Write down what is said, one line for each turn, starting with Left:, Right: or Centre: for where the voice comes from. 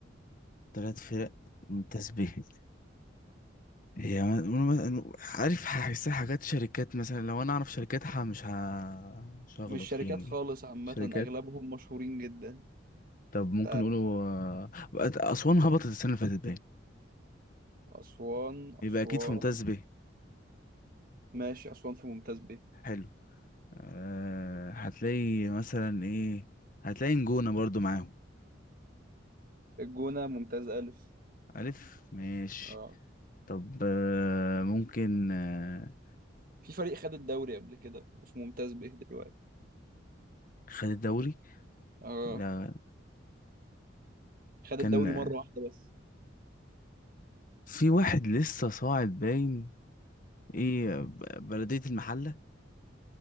Left: تلات فرق ممتاز به هي م- م- عارف هحسها حاجات شركات مثلا لو انا اعرف شركاتها مش ه... مش هغلط
Right: مش شركات
Left: فيها يعني
Right: خالص عامة
Left: شركات
Right: أغلبهم مشهورين جدا
Left: طب ممكن
Right: تا-
Left: نقوله آه، اسوان هبطت السنة اللي فاتت باين
Right: أسوان أسوان
Left: يبقى اكيد في ممتاز به
Right: ماشي أسوان في ممتاز به
Left: حلو أه هتلاقي مثلا ايه هتلاقي نجونة برضو معاهم
Right: الجونة ممتاز ألف
Left: ألف ماشي
Right: اه
Left: طب أه ممكن أه
Right: في فريق خد الدوري قبل كده وفي ممتاز به دلوقتي
Left: خد الدوري
Right: اه
Left: لا
Right: خد
Left: كان
Right: الدوري
Left: آه،
Right: مرة واحدة بس
Left: في واحد لسه صاعد باين ايه ب- بلدية المحلة